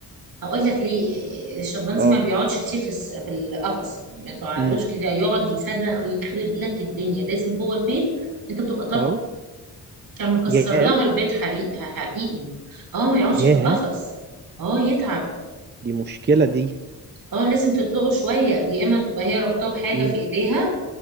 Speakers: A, on the right; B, on the right.
A: هقول لك ليه الشمبانزي
B: اه
A: ما بيقعدش كتير في الس- في القفص ما تقعدوش
B: امم
A: كده يقعد يصرخ ويخرب لك الدنيا لازم جوه البيت انت تبقى طالع
B: اه
A: كان مكسر
B: ياه
A: لها البيت حقيقي حقيقي اه ما يقعدش
B: ياه
A: في القفص اه يتعب
B: دي مشكله دي
A: اه لازم تطلقه شويه يا اما تبقى هي رابطاه بحاجه
B: امم
A: في ايديها